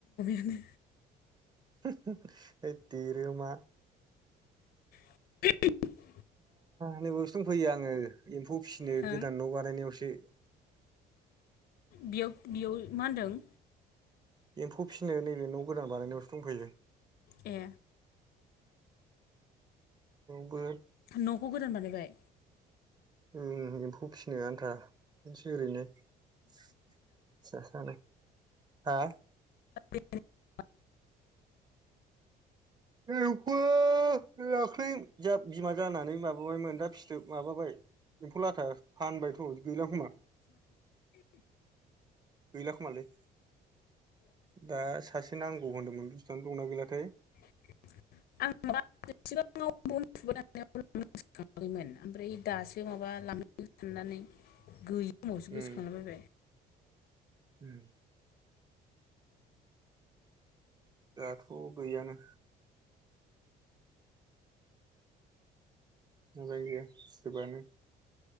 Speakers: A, on the left; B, on the right.
A: <unintelligible>
B: <inaudible> होद देरोमा
A: <inaudible>
B: नै बेवसो दं फैयो आङो एम्फौ फिसिनो
A: हा
B: गोदान न बानायनायावसो।
A: बेयाव बेयाव मा होनदों?
B: एम्फौ फिसिनो नैबे न गोदान बानायनायावसो दंफैयो।
A: ऐ
B: बौबो
A: नखौ गोदान बानायबाय?
B: ओ एम्फौ फिसिनो आन्था ओरैनो फिसा सानो। हा?
A: <inaudible>
B: एम्फौआ दाख्लै जा बिमा जानानै माबाबाय मोन दा फिथोब माबाबाय एम्फौ लाथा फानबायथ गैलाां खोमा <inaudible> गैला खोमालै। दा सासे नांगौ होनदोंमोन बुस्तुआनो दंना गैलाथाय।
A: <unintelligible> उनावसो गोसोखांला बायबाय।
B: उम उम दाथ गैयानो। मजां गैया फथोबानो।